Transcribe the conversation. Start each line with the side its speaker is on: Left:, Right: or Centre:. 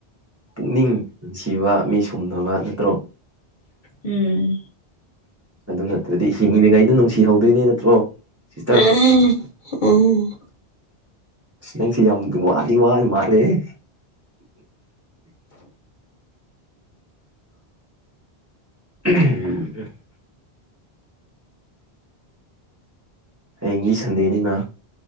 Right: ꯄꯨꯛꯅꯤꯡ ꯅꯨꯡꯁꯤꯕ ꯃꯤ ꯁꯨꯝꯅꯕ ꯅꯠꯇ꯭ꯔꯣ
Left: ꯎꯝ
Right: ꯑꯗꯨ ꯅꯠꯇ꯭ꯔꯗꯤ ꯍꯤꯡꯂꯤꯉꯩꯗ ꯅꯨꯡꯁꯤꯍꯧꯗꯣꯏꯅꯦ ꯅꯠꯇ꯭ꯔꯣ ꯁꯤꯁꯇꯔ
Left: <unintelligible> ꯎꯝ
Right: ꯑꯁ ꯅꯪꯁꯨ ꯌꯥꯝ ꯋꯥꯗꯤ ꯋꯥꯔꯤ ꯃꯥꯜꯂꯦꯍꯦ ꯎꯝ <unintelligible> ꯍꯌꯦꯡꯗꯤ ꯁꯟꯗꯦꯅꯤꯅ